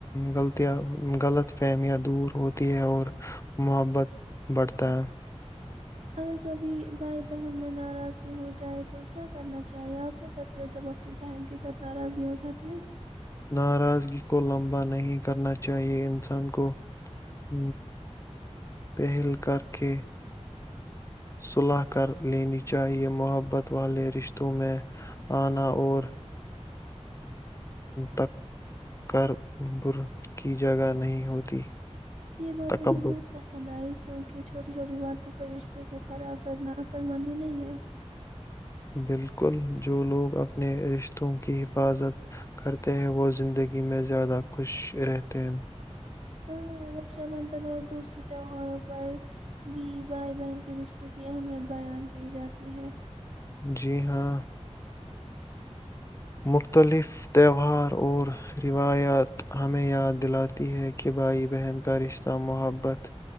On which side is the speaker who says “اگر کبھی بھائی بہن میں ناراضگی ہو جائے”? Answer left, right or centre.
Right